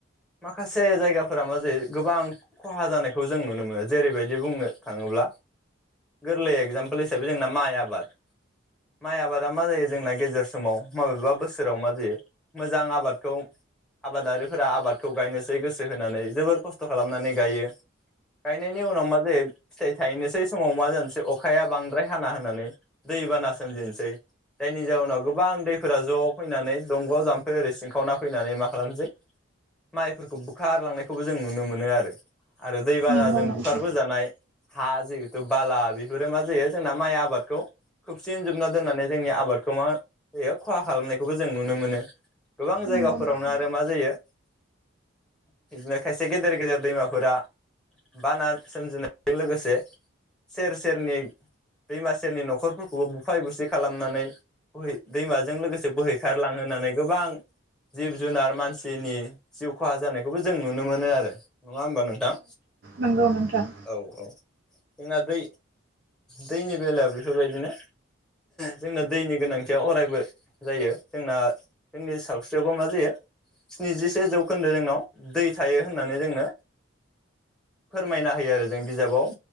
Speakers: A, in the centre; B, on the right.
A: माखासे जायगाफोरा मा जायो गोबां खहा जानायखौ जों नुनो मोनो। जेरैबायदि बुंनो थाङोब्ला गोरलै एक्जामपोल हिसाबै जोंना माइ आबाद माइ आबादा मा जायो जोंना गेजेर समाव माबेबा बोसोराव मा जायो मोजां आबादखौ आबादारिफोरा आबादखौ गायनोसै गोसो होनानै जोबोर खस्थ खालामनानै गायो। गायनायनि उनाव मा जायो फिथाइ थाहैनोसै समाव मा जानोसै अखाया बांद्राय हाना होनानै दै बाना सोमजिनोसै जायनि जाउनाव गोबां दैफोरा ज फैनानै दंग जाम्फै ओरै सिंखावना फैनानै मा खालामनोसै माइफोरखौ बुखारलांनायखौबो जों नुनो मोनो आरो आरो दैबाना
B: नंगौ
A: जों
B: नोंथां
A: बुखार बोजानाय हा जिहेथु बाला बेफोरो मा जायो जोंना माइ आबादखौ खोबसिन जोबना दोननानै जोंनि आबादखौ मा जायो खहा खालामनायखौबो जों नुनो मोनो। गोबां
B: नंगौ
A: जायगाफोरावनो
B: नोंथां
A: आरो मा जायो इदिनो खायसे गेदेर गेदेर दैमाफोरा बाना सोमजिनायजों लोगोसे सेर सेरनि दैमा सेरनि नखरफोरखौबो बुफाय बुसि खालामनानै बोहै दैमाजों लोगोसे बोहैखारलांहोनानै गोबां जिब जुनार मानसिनि जिउ खहा जानायखौबो जों नुनो मोनो आरो नङा होमबा नोंथां?
B: नंगौ नोंथां।
A: औ औ जोंना दै दैनि बेलायाव बेफोरबायदिनो जोंनो दैनि गोनांथिया अरायबो जायो जोंना जोंनि सावस्रिआवबो मा जायो स्निजिसे जौखोन्दो जोंनाव दै थायो होननानै जोंनो फोरमायना होयो आरो जों बिजाबाव